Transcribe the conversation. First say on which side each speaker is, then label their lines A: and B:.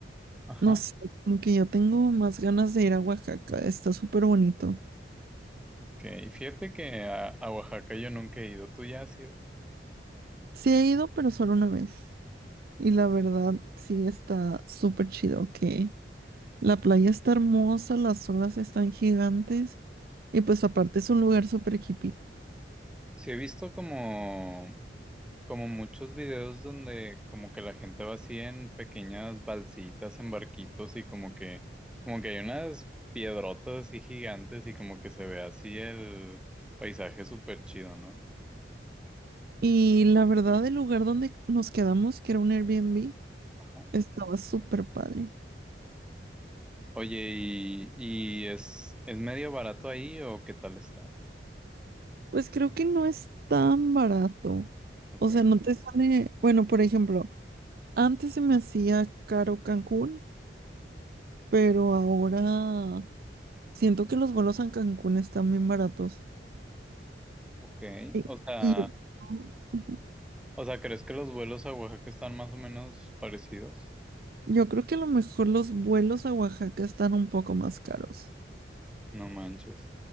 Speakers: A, in the centre; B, on the right (about 55°).
A: Ajá.
B: no sé, como que yo tengo más ganas de ir a Oaxaca. Está súper bonito.
A: Ok, fíjate que a, a Oaxaca yo nunca he ido, ¿tú ya has ido?
B: Sí he ido, pero solo una vez. Y la verdad, sí está súper chido, que la playa está hermosa, las olas están gigantes. Y pues aparte es un lugar súper hippie.
A: Sí he visto como, como muchos videos donde como que la gente va así en pequeñas balsitas, en barquitos y como que, como que hay unas piedrotas así gigantes y como que se ve así el paisaje súper chido, ¿no?
B: Y la verdad, el lugar donde nos quedamos, que era un Airbnb,
A: Ajá.
B: estaba súper padre.
A: Oye, ¿y, y es, es medio barato ahí o qué tal está?
B: Pues creo que no es tan barato.
A: Ok,
B: O sea, no te sale, bueno, por ejemplo, antes se me hacía caro Cancún, pero ahora siento que los vuelos a Cancún están bien baratos.
A: ok.
B: Y,
A: O sea,
B: y yo, Ujú.
A: o sea, ¿crees que los vuelos a Oaxaca están más o menos parecidos?
B: yo creo que a lo mejor los vuelos a Oaxaca están un poco más caros.
A: No manches,